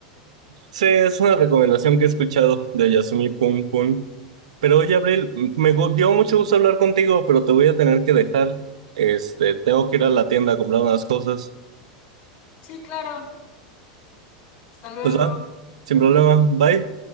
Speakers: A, on the right; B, on the left.
A: Sí, es una recomendación que he escuchado de Yasumi Pum Pum. Pero oye, Abril, m- me gu- dio mucho gusto hablar contigo, pero te voy a tener que dejar. Este, tengo que ir a la tienda a comprar unas cosas.
B: Sí, claro. Hasta luego.
A: Pues va, sin problema. Bye.